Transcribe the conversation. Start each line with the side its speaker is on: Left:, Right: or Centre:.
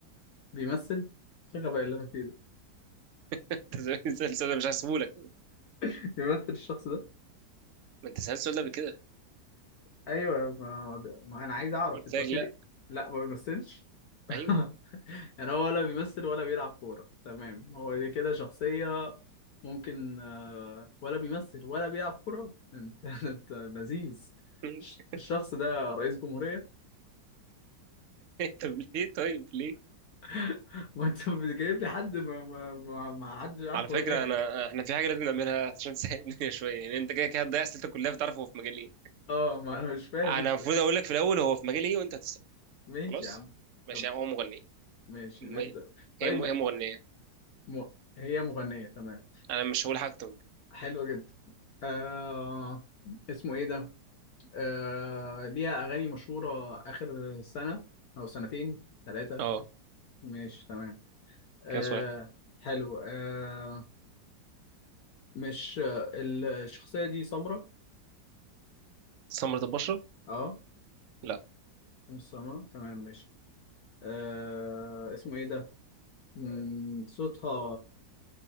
Left: بيمثل شغل بقى اللي انا فيه ده
Right: انت زي <laughs> ما سألت سؤال ده مش هسيبهولك
Left: <laughs> بيمثل الشخص ده
Right: ما انت سألت السؤال ده قبل كده
Left: ايوه ما, ما انا عايز اعرف
Right: قلت
Left: انت
Right: لك
Left: قلت
Right: لا
Left: لي لا ما بيمثلش <laughs>
Right: ايوه
Left: يعني هو ولا بيمثل ولا بيلعب كورة تمام هو دي كده شخصية ممكن آه... ولا بيمثل ولا بيلعب كورة انت <laughs> انت لذيذ
Right: <laughs>
Left: الشخص ده رئيس جمهورية
Right: طب ليه طيب ليه
Left: <laughs> ما انت جايب لي حد ما ما ما, ما حدش عارفه
Right: على فكرة
Left: غيرك
Right: أنا إحنا في حاجة لازم نعملها عشان تسهل الدنيا شوية يعني أنت كده كده هتضيع أسئلتك كلها فتعرف هو في مجال إيه
Left: اه ما انا مش فاهم
Right: أنا
Left: انت
Right: المفروض أقول لك في الأول هو في مجال إيه وأنت هتسأل
Left: ماشي
Right: خلاص
Left: يا عم
Right: ماشي
Left: طب
Right: هو مغنية
Left: ماشي
Right: م...
Left: نبدأ طيب
Right: هي م...
Left: ما-
Right: هي مغنية
Left: م... هي مغنية تمام
Right: أنا مش هقول حاجة أكتر من كده
Left: حلو جدا آه... اسمه ايه ده آه... ليها اغاني مشهورة اخر سنة او سنتين ثلاثة
Right: أه
Left: ماشي تمام آه...
Right: كده سؤال
Left: حلو آه... مش آه، الشخصية دي سمرة
Right: سمرة البشرة
Left: اه
Right: لا
Left: مش سمرة تمام ماشي آه... اسمه ايه ده مم، صوتها